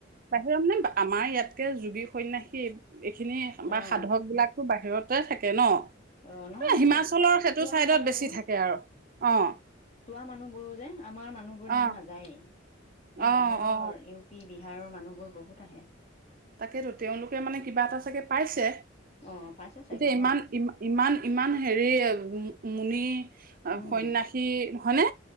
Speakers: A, on the right (about 50°); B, on the left (about 35°).
A: বাহিৰৰ, মানে, আমাৰ ইয়াত তে যোগী সন্ন্যাসী এইখিনি বা
B: অ',
A: সাধকবিলাকতো বাহিৰত তাতে থাকে, ন?
B: অ', নহয়।
A: এ
B: মানে,
A: হিমাচলৰ সেইটো
B: চোৱা,
A: চাইডত
B: মানুহবোৰ
A: বেছি থাকে আৰু অ'।
B: চোৱা, মানুহবোৰ যে, আমাৰ মানুহবোৰ ইমান
A: অ
B: নাযায়েই এই
A: অ
B: বাহিৰৰ
A: অ
B: ইউ পি, বিহাৰৰ মানুহবোৰ বহুত আহে
A: তাকেতো তেওঁলোকে, মানে, কিবা এটা, চাগে, পাইছে
B: অ', পাইছে চাগে
A: এতিয়া,
B: হয়
A: ইমান, ইমান, ইমান, হেৰি, মুনি-সন্ন্যাসী,
B: উম।
A: হয়নে?